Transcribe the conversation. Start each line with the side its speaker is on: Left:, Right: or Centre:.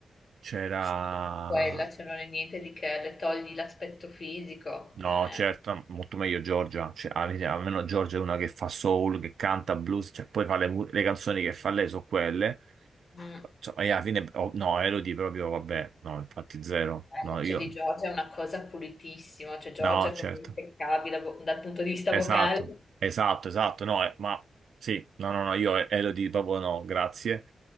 Right: c'era...
Left: Sì, ma anche Quella, cioè non è niente di che le togli l'aspetto fisico,
Right: No,
Left: non è...
Right: certo, molto meglio Giorgia, Cioè, al- almeno Giorgia è una che fa soul, che canta blues, cioè, poi fa le, mu- le canzoni che fa lei sono quelle.
Left: Mm.
Right: Insomma, e alla fine, oh, no, Elodie proprio, vabbè, no, infatti zero,
Left: La
Right: no,
Left: voce
Right: io,
Left: di Giorgia è una cosa pulitissima, cioè Giorgia
Right: no,
Left: è
Right: certo.
Left: proprio impeccabile vo- dal punto di vista
Right: Esatto,
Left: vocale. La
Right: esatto, esatto, no, eh, ma sì, no, no, no, io e- Elodie proprio no, grazie.